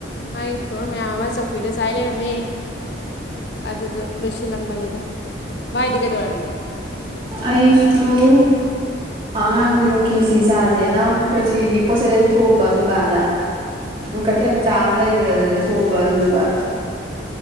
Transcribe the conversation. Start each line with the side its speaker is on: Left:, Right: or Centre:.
Left: ꯃꯥꯒꯤ ꯐꯤꯔꯣꯟ ꯃꯌꯥꯝ ꯑꯃ ꯆꯧ ꯐꯤꯗꯣ ꯆꯥꯏ ꯂꯩꯔꯝ ꯃꯦ ꯑꯗꯨꯗꯣ ꯂꯣꯏꯁꯤꯜꯂꯝꯕꯅꯤꯗ ꯚꯥꯏꯗꯤ ꯀꯩꯗꯧꯔꯝꯃꯤꯅꯣ
Right: ꯑꯩꯁꯨꯨ ꯑꯉꯥꯡꯁꯤꯡ ꯈꯦꯁꯤ ꯆꯥꯥꯁꯦꯅ ꯑꯃꯨꯛ ꯈꯦꯁꯤꯒꯤ ꯄꯣꯠꯆꯩ ꯂꯩ ꯊꯣꯛꯑꯨꯕ ꯗꯨꯀꯥꯟꯗ ꯑꯣ ꯀꯩꯊꯦꯜꯠ ꯃꯆꯥ ꯑꯃ ꯂꯩꯕ ꯑꯗꯨꯗ ꯊꯣꯛꯎꯕ ꯑꯗꯨꯗꯨꯒ